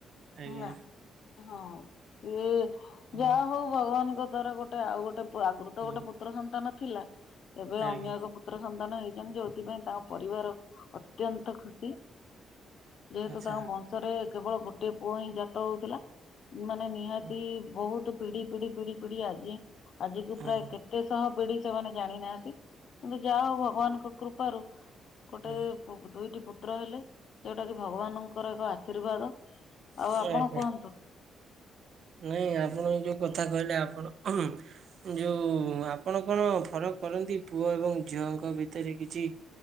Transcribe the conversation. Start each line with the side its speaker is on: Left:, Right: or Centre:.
Right: ଆଜ୍ଞା
Left: ହେଲା। ହଁ ସେ
Right: ହଁ
Left: ଯାହା ହଉ ଭଗବାନଙ୍କ ଦ୍ଵାରା ଗୋଟେ ଆଉ ଗୋଟେ ଆଗରୁ ତ
Right: ହଁ
Left: ଗୋଟେ ପୁତ୍ର ସନ୍ତାନ ଥିଲା ଏବେ
Right: ଆଜ୍ଞା
Left: ଅନ୍ୟ ଏ ପୁତ୍ର ସନ୍ତାନ ହେଇଛନ୍ତି ଯୋଉଥିପାଇଁ ତାଙ୍କ ପରିବାର ଅତ୍ୟନ୍ତ ଖୁସି ଯେହେତୁ
Right: ଆଚ୍ଛା
Left: ତାଙ୍କ ବ ଥରେ କେବଳ ଗୋଟେ ପୁଅ ହିଁ ଜାତ ହଉଥିଲା ମାନେ ନିହାତି
Right: ହଁ
Left: ବହୁତ ପିଢି ପିଢି -ପିଢି - ପିଢ଼ି ଆଜି ଆଜିକୁ
Right: ହଁ
Left: ପ୍ରାୟ କେତେ ଶହ ପିଢି ସେମାନେ ଜାଣି ନାହାନ୍ତି। କିନ୍ତୁ ଯାହା ହେଉ ଭଗବାନଙ୍କ କୃପାରୁ ଗୋଟେ
Right: ହଁ।
Left: ଦୁଇଟି ପୁତ୍ର ହେଲେ। ଯୋଉଟା କି ଭଗବାନଙ୍କର ଏକ ଆଶୀର୍ବାଦ। ଆଉ
Right: ସିଏ
Left: ଆପଣ
Right: ଆଜ୍ଞା।
Left: କୁହନ୍ତୁ?
Right: ନାଇଁ ଆପଣ ଏଇ ଯୋଉ କଥା କହିଲେ ଆପଣ ଯୋଉ ଆପଣ କଣ ଫରକ କରନ୍ତି ପୁଅ ଏବଂ ଝିଅଙ୍କ ଭିତରେ କିଛି?